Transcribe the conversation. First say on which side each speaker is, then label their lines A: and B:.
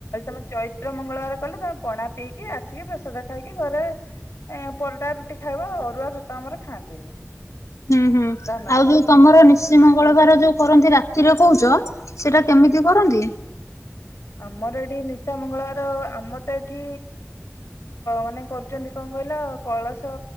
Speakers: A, on the left (about 65°); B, on the left (about 85°).
A: ତମେ ଚୈତ୍ର ମଙ୍ଗଳବାର କଲେ ତମେ ପଣା ପିଇକି ଆସିକି ପ୍ରସାଦ ଖାଇକି ଘରେ ଏ ପରଟା ଖାଇବ ଅରୁଆ ଭାତ ଆମର ଖାଆନ୍ତିନି
B: ହୁଁ ହୁଁ।
A: ଧାନ
B: ଆଉ
A: ଫଳ।
B: ଯୋଉ ତମର ନିଶି ମଙ୍ଗଳବାର ଯୋଉ କରନ୍ତି ରାତିରେ କହୁଛ। ସେଇଟା କେମିତି କରନ୍ତି?
A: ଆମର ଏଠି ନିଶା ମଙ୍ଗଳବାର ଆମ ତ ଏଠି ମାନେ କରୁଛନ୍ତି କଣ କହିଲ କଳସ